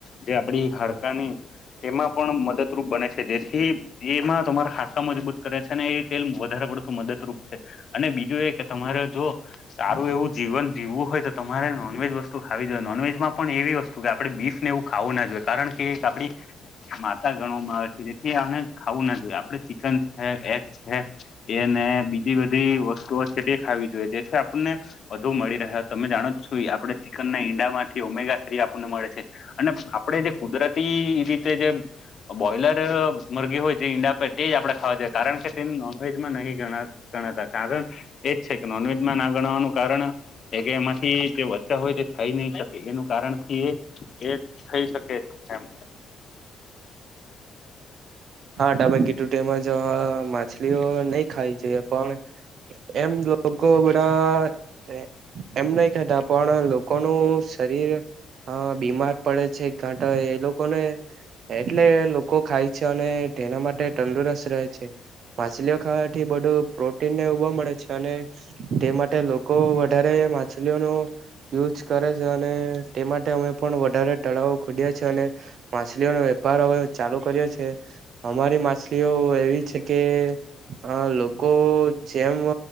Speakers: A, on the left; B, on the right.
A: જે આપડી હાડકાની એમાં પણ મદદરૂપ બને છે, જેથી એમાં તમારા હાડકા મજબૂત કરે છે, અને એ તેલ વધારે પડતું મદદરૂપ છે અને બીજું એ કે તમારે જો સારું એવું જીવન જીવુ હોય, તો તમારે નોનવેજ વસ્તુ ખાવી જોઈએ નોનવેજ માં પણ એવી વસ્તુ આપે બીફ ને એવું ખાવુના જોઈએ, કારણ કે એક આપડી માતા ગણવામાં આવે છે, જેથી ખાવું ના જોઈએ આપડે ચિકન છે, એગ છે. એને બીજી બધી વસ્તુઓ છે, તે ખાવી થી આપને વધુ મળી રહે તમે જાણો છો આપણે ચિકન ઈંડામાંથીમેગ મળે છે, આપડે જે કુદરતી રીતે જે બોલર હોય જે ઈંડા તે જ આપણે ખવાએ કારણ કે તે, નોનવેજમાં નહી ગણાતા કારણ નોનવેજમાં ના ગણવાનું કારણ એ, એમાંથી તે વધતા હોય તે થઈ નહી શકે એનું કારણ એ થઈ શકે એમ
B: હા તમે તેમજ કી ધૂ માછલીઓ નહી ખાવી જોઈએ પણ એમ લોકો બણાં એમ, નહી ખતા પણ લોકોનું શરીર અ બીમાર પડે છે, એક ઘાંટા એ લોકોને એટલે લોકો ખાય છે, અને તેના માટે તંદુરસ્ત માછલીઓ ખાવાથી બધું પ્રોટીન ને ઉભો મળે છે, અને તે માટે લોકો લોકો, વધારે માછલીઓ ન યુ <unintelligible> છે, અને તે માટે અમે પણ વધારે તળાવો ખુદ્યા છે, અને મા માછલીઓ નો વેપાર હવે ચાલુ કર્યો છે, અમારી માછલીઓ એવી છે, કે અ લોકો જેમ